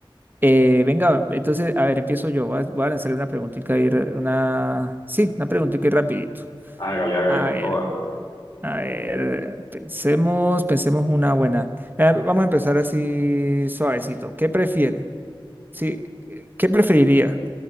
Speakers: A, on the right; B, on the left.
A: Eh, venga, entonces, a ver, empiezo yo, voy a, voy a lanzarle una preguntita ahí, re- una, sí, una preguntita ahí rapidito.
B: Hágale, hágale
A: A
B: con
A: ver.
B: toda.
A: A ver, pensemos, pensemos una buena. Eh, vamos a empezar así suavecito. ¿Qué prefiere? Sí, eh, ¿qué preferiría?